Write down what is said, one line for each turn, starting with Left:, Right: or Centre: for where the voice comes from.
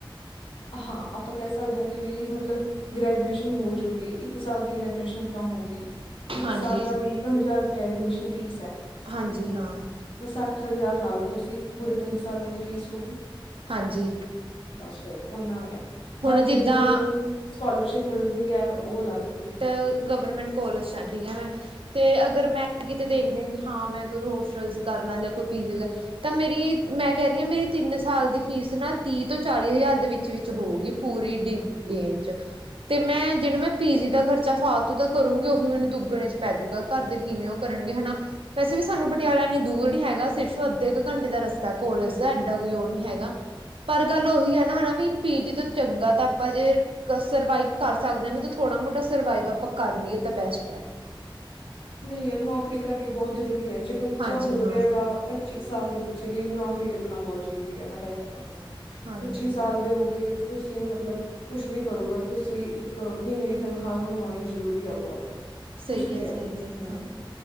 Left: ਹਾਂ ਆਪਾਂ ਕਹ ਸਕਦੇ ਆ ਕਿ ਵੀ ਮਤਲਬ ਗ੍ਰੈਜੂਏਸ਼ਨ ਹੋਜੂਗੀ ਇੱਕ ਸਾਲ ਦੀ ਗ੍ਰੈਜੂਏਸ਼ਨ ਕਉਂ ਹੋਊਗੀ। ਇੱਕ
Right: ਹਾਂਜੀ
Left: ਸਾਲ ਦਾ ਵੀ ਕ ਹਜ਼ਾਰ ਰੁਪਏ ਐਡਮਿਸ਼ਨ ਫੀਸ ਐ।
Right: ਹਾਂਜੀ ਹਾਂ।
Left: ਤ ਸੱਠ ਹਜ਼ਾਰ ਲਾ ਲੋ ਤੁਸੀ, ਪੂਰੇ ਤਿੰਨ ਸਾਲਾਂ ਦੀ ਫੀਸ ਹੋਗੀ।
Right: ਹਾਂਜੀ।
Left: ਬਸ ਫੇਰ ਓਨਾਂ ਕ ਐ। ਬਾਕੀ
Right: ਹੁਣ ਜਿੱਦਾਂ
Left: ਜੇ ਥੋਨੂੰ ਕੋਈ ਸਕੋਲਰਸ਼ਿਪ ਮਿਲਦੀ ਵੀ ਹੈ ਉਹ ਅਲੱਗ ਚੀਜ਼ ਐ।
Right: ਅ ਗਵਰਮੈਂਟ ਕੋਲਜ ਸ ਐ ਠੀਕ ਐ ਨ। ਤੇ ਅਗਰ ਮੈਂ ਕਿਤੇ ਦੇਖਨੇ ਹਾਂ ਮੈਂ ਕੋਈ ਹੋਸਟਲਸ ਕਰ ਲਾਂ ਜਾਂ ਕੋਈ ਪੀਜੀ ਵਗੈਰਾ। ਤਾਂ ਮੇਰੀ ਏ ਮੈਂ ਕਹਿ ਰੀ ਆ ਮੇਰੀ ਤਿੰਨ ਸਾਲ ਦੀ ਫੀਸ ਨਾ ਤੀਹ ਤੋਂ ਚਾਲੀ ਹਜ਼ਾਰ ਦੇ ਵਿਚ- ਵਿਚ ਹੋਊਗੀ। ਪੂਰੀ ਡੀ ਟੇਨ ਚ। ਤੇ ਮੈਂ ਜਿਨ ਮੈਂ ਪੀ ਜੀ ਦਾ ਖਰਚਾ ਫਾਲਤੂ ਦਾ ਕਰੂੰਗੀ ਉਹੀ ਮੈਨੂੰ ਦੁੱਗਣੇ ਚ ਪੈ ਜੂਗਾ ਘਰ ਦੇ ਕਿਵੇਂ ਉਹ ਕਰਨਗੇ ਹੈਨਾ। ਵੈਸੇ ਵੀ ਸਾਨੂੰ ਪਟਿਆਲਾ ਏਨੀ ਦੂਰ ਨੀ ਹੈਗਾ, ਸਿਰਫ ਅੱਧੇ ਕ ਘੰਟੇ ਦਾ ਰਸਤਾ ਏ ਕੋਲਜ ਦਾ, ਏਡਾ ਕੋਈ ਉਹ ਨੀ ਹੈਗਾ। ਪਰ ਗੱਲ ਉਹੀ ਆ ਨਾ ਹਨਾ ਵੀ ਪੀਜੀ ਤੋਂ ਚੰਗਾ ਤਾਂ ਆਪਾਂ ਜੇ ਤ ਸਰਵਾਈਵ ਕਰ ਸਕਦੇ ਅ ਨਾ, ਤੇ ਥੋੜਾ ਮੋਟਾ ਸਰਵਾਈਵ ਆਪਾਂ ਕਰ ਲਈਏ ਤਾਂ ਬੈਸਟ ਐ।
Left: ਨਹੀਂ ਯਾਰ ਨੌਕਰੀ ਕਰਨੀ ਬੋਤ ਜ਼ਰੂਰੀ ਐ, ਜੇ ਬੱਚਾ
Right: ਹਾਂਜੀ
Left: ਹੋ
Right: ਹਾਂ
Left: ਗਧ ਗਾ। ਪੱਚੀ ਕ ਸਾਲ ਦੇ ਬੱਚੇ ਲਈ ਨੌਕਰੀ ਲੱਗਣਾ ਬਹੁਤ ਜ਼ਰੂਰੀ ਐ, ਮੈਂ ਤਾਂ ਏਹੀ ਕਹੂੰ।
Right: ਹਾਂਜੀ
Left: ਪੱਚੀ ਸਾਲ ਦੇ ਹੋ ਕੇ ਤੁਸੀ ਮਤਲਬ ਕੁਛ ਵੀ ਕਰੋ ਬਟ ਤੁਸੀਂ ਇੱਕ ਮਹੀਨੇ ਦੀ ਤਨਖ਼ਾਹ ਬਣਵਾਣੀ ਜ਼ਰੂਰੀ ਐ ਬਹੁਤ
Right: ਸਹੀ
Left: ਕੁਛ ਵੀ
Right: ਏ-
Left: ਹੈ
Right: ਸਹੀ ਏ,
Left: ਹਮ
Right: ਹਾਂ